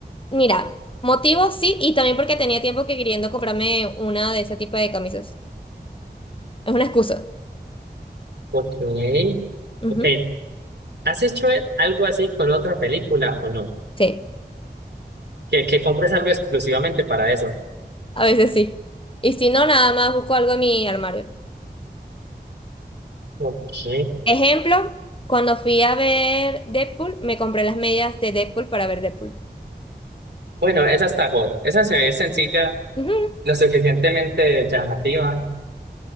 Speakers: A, on the left; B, on the right.
A: Mira, motivos sí, y también porque tenía tiempo que queriendo comprarme una de ese tipo de camisas. Es una excusa.
B: Ok,
A: Ujú.
B: ok. ¿Has hecho algo así con otra película o no?
A: Sí,
B: Que, que compres algo exclusivamente para eso.
A: a veces sí. Y si no, nada más busco algo en mi armario.
B: Ok.
A: Ejemplo, cuando fui a ver Deadpool, me compré las medias de Deadpool para ver Deadpool.
B: Bueno, esa está God. Esa se ve sencilla,
A: Ujú.
B: lo suficientemente llamativa.